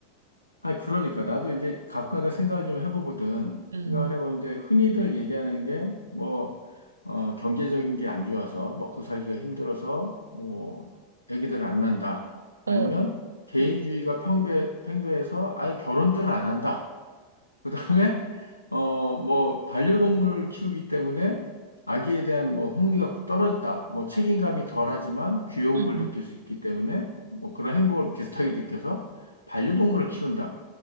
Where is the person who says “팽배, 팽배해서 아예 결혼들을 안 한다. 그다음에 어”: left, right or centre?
Left